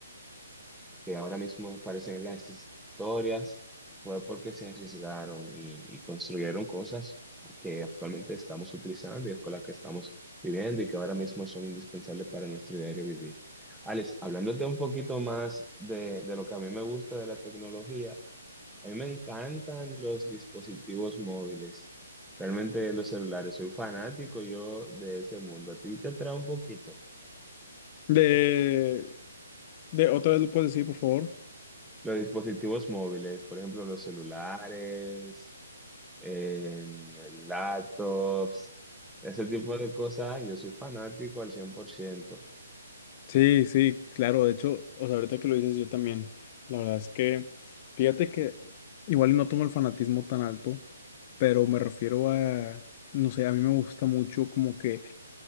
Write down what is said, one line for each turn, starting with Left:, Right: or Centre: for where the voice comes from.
Centre: que ahora mismo aparecen en las historias, fue porque se arriesgaron y, y construyeron cosas que actualmente estamos utilizando y con las que estamos viviendo y que ahora mismo son indispensables para nuestro diario vivir. Alex, hablándote un poquito más de, de lo que a mí me gusta de la tecnología, a mí me encantan los dispositivos móviles, realmente los celulares, soy fanático yo de ese mundo. ¿A ti te atrae un poquito?
Left: De, de, otra vez lo puedes decir, por favor.
Centre: Los dispositivos móviles, por ejemplo, los celulares, em, laptops, ese tipo de cosas. Yo soy fanático al 100%.
Left: Sí, sí, claro, de hecho, o sea, ahorita que lo dices yo también, la verdad es que, fíjate que igual y no tengo el fanatismo tan alto, pero me refiero a, no sé, a mí me gusta mucho como que